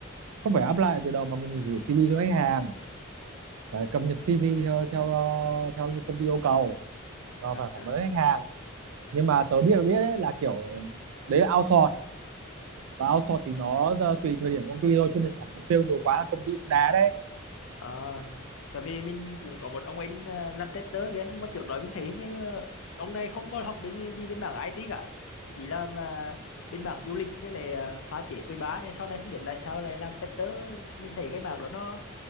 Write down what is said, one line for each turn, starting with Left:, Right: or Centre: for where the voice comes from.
Right: không phải apply từ đầu mà mình gửi CV cho khách hàng phải cập nhật CV theo theo uh, theo như công ty yêu cầu rồi phải phỏng
Left: à
Right: vấn khách hàng nhưng mà tớ biết biết ấy, là kiểu đấy là outsource và outsource thì nó uh, tùy thời điểm công ty thôi chứ mình phỏng vấn fail nhiều quá là công ty cũng đá đấy
Left: Ờ, tại vì mình cũng có một ông anh ờ, làm tester kìa nhưng mà trước đó mình thấy như ờ, ông này không có học bên gì bên mảng IT cả chỉ làm ờ, bên mảng du lịch với lại ờ, phá chế quầy bar này sau này không biết là sao lại làm tester mình thấy cái mảng đó nó